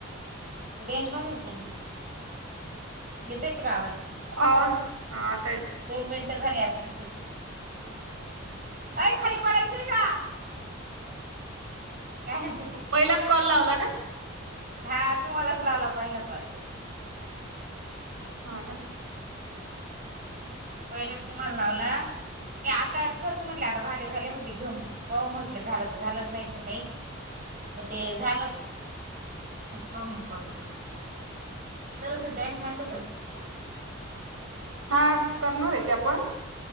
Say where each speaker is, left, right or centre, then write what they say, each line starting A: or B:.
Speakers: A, on the right; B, on the right.
A: रेंज मध्येच ना येतय गावात
B: अ हा आता येतो
A: दोन मिनटं झालीत तसे अय खाली पडायचेय का काय ते
B: पहिलाच कॉल लावला का
A: हा तुम्हालाच लावला पाहिलं ग
B: ह का
A: पहिलेच तुम्हाला लावला आता असच म्हटलं आता भाडे झाले म्हटले घम पाऊ म्हटले झालं तर झालं नाही तर नाही प ते झालं प मग कॉल करू सरव अस त्याने सांगलं का
B: हा करणार आहे तेे आपण